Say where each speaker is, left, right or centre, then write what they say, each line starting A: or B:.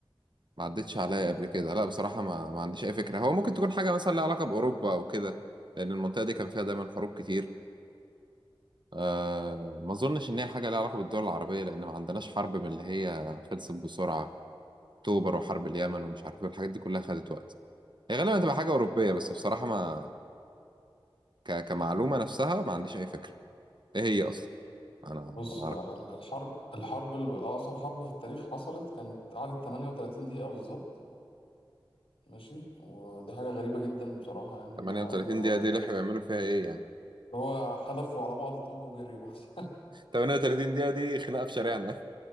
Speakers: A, on the right; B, on the left.
A: ما عدتش عليا قبل كده لا بصراحة ما, ما عنديش أي فكرة هو ممكن تكون حاجة مثلا لها علاقة بأوروبا أو كده لأن المنطقة دي كان فيها دايما حروب كتير أه ما أظنش إن هي حاجة لها علاقة بالدول العربية لأن ما عندناش حرب من اللي هي خلصت بسرعة أكتوبر وحرب اليمن ومش عارف إيه الحاجات دي كلها خدت وقت هي غالبا هتبقى حاجة أوروبية بس بصراحة ما ك... كمعلومة نفسها ما عنديش أي فكرة إيه هي أصلا أنا
B: بص
A: ما أعرفش
B: بقى ال- الحرب الحرب اللي أقصر حرب في التاريخ حصلت كانت قعدت 38 دقيقة بالظبط ماشي ودي حاجة غريبة جدا بصراحة يعني إن
A: 38
B: ح-
A: دقيقة
B: يعني
A: دي لحقوا يعملوا فيها إيه يعني
B: هو حدفوا على بعض طوب وجري <laughs> بس
A: 38 دقيقة دي خناقة في شارعنا